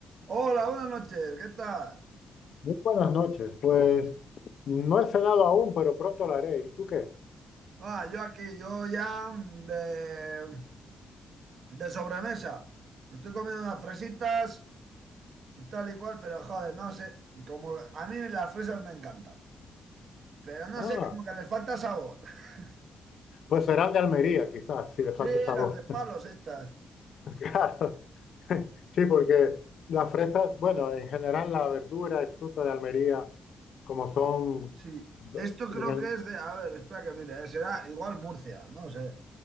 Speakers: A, on the right; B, on the left.
A: Hola, buenas noches, ¿qué tal?
B: Muy buenas noches. Pues no he cenado aún, pero pronto lo haré. ¿Y tú qué?
A: Ah, yo aquí, yo ya mm, de, de sobremesa. Me estoy comiendo unas fresitas y tal y cual, pero joder, no sé, como a mí las fresas me encantan, pero no
B: Ah,
A: sé, como que les falta sabor. <laughs>
B: pues serán de Almería, quizás, si le falta
A: Sí,
B: sabor.
A: las de palos estas.
B: <laughs> Claro. Sí, porque las fresas, bueno, en general la verdura y fruta de Almería, como son
A: Sí,
B: b-
A: esto creo
B: en el...
A: que es de, a ver, espera que mire, eh, será igual Murcia, no sé.